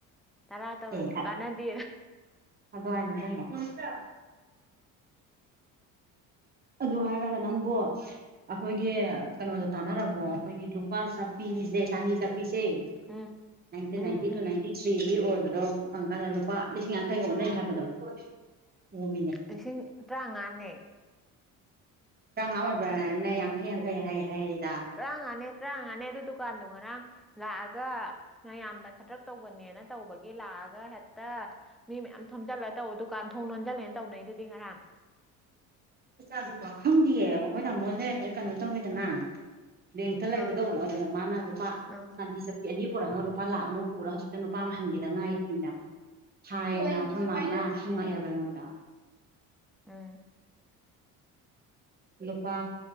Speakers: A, in the centre; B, on the right.
A: ꯇꯔꯥ ꯇꯧꯔꯖꯨ
B: ꯑꯦ
A: ꯀꯥꯟꯅꯗꯦ__
B: ꯑꯗꯨ ꯍꯥꯏꯔ ꯅꯤꯡꯁꯤꯡꯉꯛꯑꯦ __ ꯑꯗꯨ ꯍꯥꯏꯔꯒ ꯅꯪꯕꯣ __ ꯑꯈꯣꯏꯒꯤ ꯀꯩꯅꯣꯗꯣ ꯇꯥꯟꯅꯔꯕꯣ ꯑꯩꯈꯣꯏꯒꯤ ꯂꯨꯄꯥ ꯆꯞꯄꯤꯒꯤꯖꯦ ꯆꯥꯟꯗꯤ ꯆꯞꯄꯤꯁꯦ __
A: ꯎꯝ
B: ꯅꯥꯏꯟꯇꯤꯟ
A: ꯎꯝ
B: ꯅꯥꯏꯇꯤ
A: ꯎꯝ
B: ꯇꯨ ꯅꯥꯏꯟꯇꯤ ꯊ꯭ꯔꯤꯒꯤ ꯑꯣꯏꯕꯗꯣ ꯐꯪꯀꯥꯟꯗ ꯂꯨꯄꯥ ꯂꯤꯁꯤꯡ ꯌꯥꯡꯈꯩꯒ ꯑꯣꯟꯅꯩ ꯍꯥꯏꯕꯗꯣ__ ꯑꯣꯝꯃꯤꯅꯦ __
A: ꯂꯤꯁꯤꯡ ꯇꯔ꯭ꯥꯉꯥꯅꯦ__
B: ꯇꯔ꯭ꯥꯉꯥ ꯑꯣꯏꯕꯔ꯭ꯅꯦ ꯌꯥꯡꯈꯩ ꯌꯥꯡꯈꯩ ꯍꯥꯏ ꯍꯥꯏꯌꯦꯗ__
A: ꯇꯔ꯭ꯉꯥꯅꯦ ꯇꯔ꯭ꯥꯉꯥꯅꯦ ꯑꯗꯨ ꯗꯨꯀꯥꯟꯗꯣ ꯉꯔꯥꯡ ꯂꯥꯛꯑꯒ ꯃꯌꯥꯝꯗ ꯈꯗꯔ꯭ꯛ__ ꯇꯧꯕꯅꯦꯅ ꯇꯧꯕꯒꯤ ꯂꯥꯛꯑꯒ ꯍꯦꯠꯇ__ ꯃꯤ ꯃꯌꯥꯝ ꯊꯣꯝꯖꯤꯜꯂ ꯇꯧ ꯗꯨꯀꯥꯟ ꯊꯣꯡ ꯂꯣꯟꯖꯜꯂꯦꯅ ꯇꯧꯅꯩꯗꯨꯗꯤ ꯉꯔꯥꯡ__
B: ꯃꯆꯥ ꯅꯨꯄꯥ ꯈꯪꯗꯤꯌꯦ ꯑꯩꯈꯣꯏ ꯇꯥꯃꯣꯖꯦ ꯍꯧꯖꯤꯛ ꯀꯩꯅꯣ ꯇꯧꯏꯗꯅ__ ꯕꯦꯡꯠ ꯇ ꯂꯩꯕꯗꯣ
A: ꯑꯥ
B: ꯑꯗꯨꯗ ꯃꯥꯅ ꯂꯨꯄꯥ
A: ꯑꯥ
B: ꯆꯥꯟꯗꯤ ꯆꯞ __ ꯑꯅꯤ ꯄꯨꯔꯛꯑꯒ ꯂꯨꯄꯥ ꯂꯥꯛ ꯑꯃ ꯄꯨꯔꯒ ꯍꯧꯖꯤꯛꯇ ꯅꯨꯄꯥ ꯑꯃ ꯍꯟꯒꯗ ꯉꯥꯏꯔꯤꯅ__ ꯍꯥꯏꯌꯦꯅ ꯑꯈꯣꯏ ꯃꯥꯅ ꯍꯪꯉꯛꯑꯦꯕ ꯑꯩꯉꯣꯟꯗ__
A: ꯎꯝ
B: ꯅꯨꯄꯥ